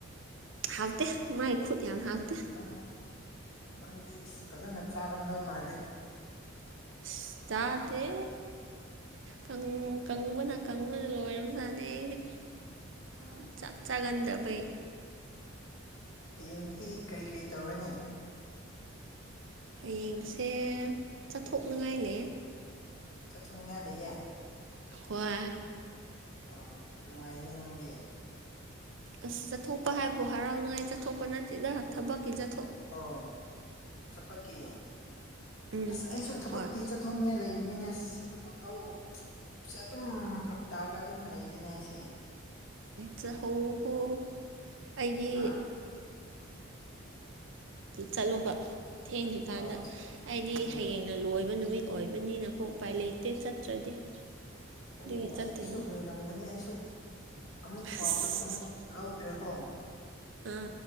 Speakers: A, on the right; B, on the left.
A: ꯍꯥꯎꯇꯦ ꯃꯥꯏ ꯈꯨꯠ ꯌꯥꯝ ꯍꯥꯎꯇꯦ
B: ꯅꯪ ꯅꯪꯗꯤ ꯐꯖꯅ ꯆꯥꯔꯝꯗꯧ ꯃꯥꯜꯂꯦ
A: ꯑꯁ ꯆꯥꯗꯦ ꯀꯪ ꯀꯪꯕꯅ ꯀꯪꯕꯅ ꯂꯣꯏꯔꯕꯖꯥꯠꯅꯤ ꯑꯩꯗꯤ
B: ꯎꯝ
A: ꯆꯥꯛ ꯆꯥꯒꯟꯗꯕꯩ
B: ꯍꯌꯦꯡꯗꯤ ꯀꯔꯤ ꯀꯔꯤ ꯇꯧꯔꯅꯤ
A: ꯍꯌꯦꯡꯁꯦ ꯆꯠꯊꯣꯛꯅꯤꯡꯉꯥꯏ ꯂꯩꯌꯦ
B: ꯆꯠꯊꯣꯛꯅꯤꯡꯉꯥꯏ ꯂꯩꯌꯦ
A: ꯀ꯭ꯋꯥ
B: ꯑ ꯅꯨꯡꯉꯥꯏꯅꯦ ꯅꯪꯗꯤ
A: ꯑꯁ ꯆꯠꯊꯣꯛꯄ ꯍꯥꯏꯕꯨ ꯍꯔꯥꯎꯅꯤꯉꯥꯏ ꯆꯠꯊꯣꯛꯄ ꯅꯠꯇꯦꯗ ꯊꯕꯛꯀꯤ ꯆꯠ
B: ꯑꯣ ꯊꯕꯛꯀꯤ
A: ꯎꯝ
B: ꯑꯁ ꯑꯩꯁꯨ ꯊꯕꯛꯀꯤ
A: ꯍꯣꯏ
B: ꯆꯠꯊꯣꯡꯅꯤꯡꯉꯥꯏ ꯂꯩꯕ ꯅꯤꯅꯦꯁ ꯑꯗꯨꯕꯨ ꯂꯧꯁꯦ ꯑꯗꯨꯝ ꯐꯔꯛ ꯇꯥꯔꯒ ꯑꯗꯨꯝ ꯂꯩꯔꯤꯅꯦ ꯑꯩꯁꯦ
A: ꯆꯥꯛꯍꯧꯕꯕꯨ ꯑꯩꯗꯤ
B: ꯍꯥ
A: ꯆꯠꯂꯨꯕ ꯊꯦꯡꯗ꯭ꯔꯤꯀꯥꯟꯗ
B: ꯑꯥ
A: ꯑꯩꯗꯤ
B: ꯎꯝ
A: ꯍꯌꯦꯡꯅ ꯂꯣꯏꯕ ꯅꯨꯃꯤꯠ ꯑꯣꯏꯕꯅꯤꯅꯀꯣ ꯎꯄꯥꯏ ꯂꯩꯇꯦ ꯆꯠꯇ꯭ꯔꯗꯤ ꯑꯗꯨꯒꯤ
B: ꯑꯣ
A: ꯆꯠꯇꯣꯏꯅꯦ
B: ꯑꯩꯒꯤꯁꯨ ꯂꯣꯏꯔꯝꯒꯅꯤ ꯑꯩꯁꯨ ꯑꯃꯨꯛ
A: ꯑꯁ
B: ꯄꯥꯎꯁꯨ ꯑꯃꯨꯛ ꯂꯧꯗ꯭ꯔꯦꯀꯣꯪ
A: ꯑꯥ